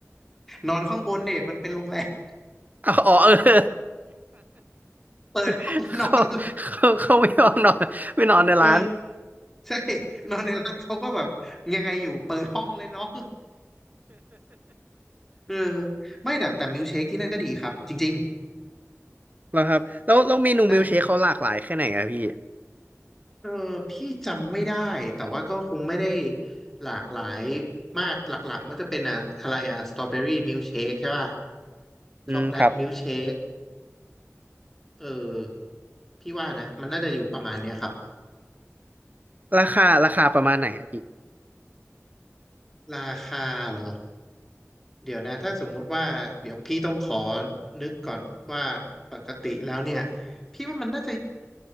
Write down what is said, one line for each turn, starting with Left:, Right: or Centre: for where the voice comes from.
Centre: นอนข้างบนเด่นมันเป็นโรงแรม
Right: เอาอ๋อเออ
Centre: <laughs> เปิดห้องนอน
Right: <laughs> เขาเขาเขาไม่ยอมนอนไม่นอนในร้าน
Centre: <laughs> เลยเออใช่นอนในร้านเขาก็แบบยังไงอยู่เปิดห้องเลยน้อง <laughs> เออไม่แต่แต่มิลค์เชคที่นั่นก็ดีครับจริง
Right: <laughs> แล้วครับแล้วแล้วเมนูมิลเชคเขาหลากหลายแค่ไหนอะพี่
Centre: ๆใช่เออพี่จำไม่ได้แต่ว่าก็คงไม่ได้หลากหลายมากหลักๆมันจะเป็นอะอะไรอะสตรอเบอรี่มิลค์เชคใช่ป่ะ
Right: อืมครับ
Centre: ช็อกโกแลตมิลค์เชคเออพี่ว่านะมันน่าจะอยู่ประมาณเนี้ยครับ
Right: ราคาราคาประมาณไหนอะพี่
Centre: ราคาเหรอ เดี๋ยวนะถ้าสมมุติว่าเดี๋ยวพี่ต้องขอนึกก่อนว่าปกติแล้วเนี่ยพี่ว่ามันน่าจะ